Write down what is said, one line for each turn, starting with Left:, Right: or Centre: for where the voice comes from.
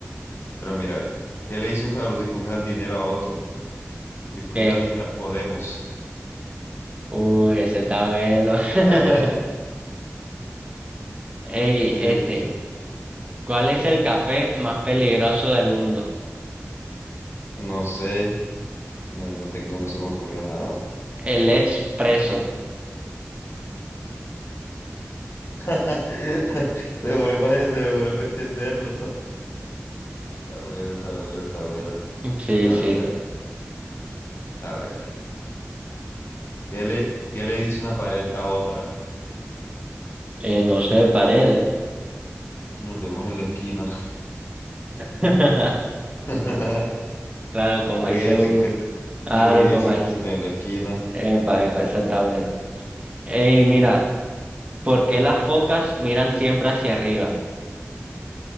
Left: Pero mira, ve. ¿Qué le dice un jardi- un jardinero a otro? Disfruta
Right: ¿Qué?
Left: mientras podemos.
Right: Uy, ese está bueno.
Left: <laughs>
Right: <laughs> Ey,
Left: Eh,
Right: este. ¿Cuál es el café más peligroso del mundo?
Left: No sé, no, no tengo, no se me ocurre nada.
Right: El expreso.
Left: <laughs> Devoré para devoré pa entenderlo. <laughs> Está bueno, está bueno, está bueno.
Right: Sí,
Left: Pero
Right: sí.
Left: mira, a ver, ¿qué le, qué le dice una pared a otra?
Right: Eh, no sé, pared.
Left: Nos vemos en la esquina.
Right: <laughs>
Left: <laughs>
Right: Claro, como
Left: Porque
Right: ahí se
Left: ya
Right: une.
Left: se encuentra,
Right: Claro,
Left: sí, porque
Right: como
Left: ya se
Right: ahí.
Left: encuentra
Right: se-
Left: en la esquina,
Right: Epa, epa, esa está buena. Ey, mira, ¿por qué las focas miran siempre hacia arriba?